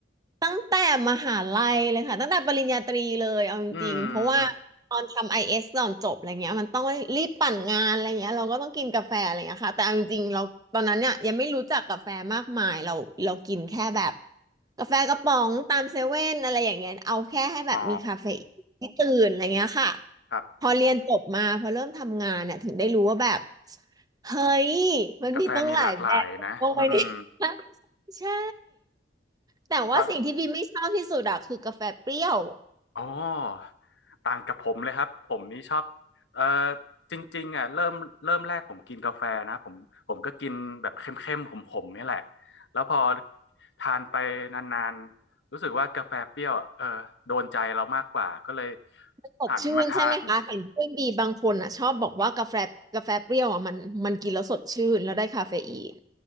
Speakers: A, on the right; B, on the left.
A: ตั้งแต่มหาลัยเลยค่ะตั้งแต่ปริญญาตรีเลยเอาจริงๆเพราะว่าตอนทำไอเอสก่อนจบอะไรเงี้ยมันต้องรีบปั่นงานอะไรเงี้ยเราก็ต้องกินกาแฟอะไรเงี้ยค่ะแต่เอาจริงๆเราตอนนั้นเนี่ยยังไม่รู้จักกาแฟมากมายเราเรากินแค่แบบ
B: อืมอืม
A: กาแฟกระป๋องตามเซเว่นอะไรอย่างเงี้ยเอาแค่ให้แบบมีคาเฟอีนที่ตื่นอะไรเงี้ยค่ะ
B: อ๋อครับ
A: พอเรียนจบมาพอเริ่มทำงานเนี่ยถึงได้รู้ว่าแบบเฮ้ยมันมีตั้งหลายแบบโอ้ย
B: กาแฟมีหลากหลายนะอืม
A: <laughs> นี่ <laughs> ใช่ใช่ แต่ว่าสิ่งที่บีไม่ชอบที่สุดอะคือกาแฟเปรี้ยว
B: ตอนอ๋อต่างกับผมเลยครับ ผมนี่ชอบเอ่อจริงๆอ่ะเริ่มเริ่มแรกผมกินกาแฟนะ ผมผมก็กินแบบเข้มๆขมๆนี่แหละ แล้วพอทานไปนานๆ รู้สึกว่ากาแฟเปรี้ยวอะเออโดนใจเรามากกว่า ก็เลย
A: สดชื่นใช่ไหมคะเห็นเพื่อนบีบางคนอะชอบบอกว่ากาแฟกาแฟเปรี้ยวอะมันมันกินแล้วสดชื่นแล้วได้คาเฟอีน
B: หันมาทาน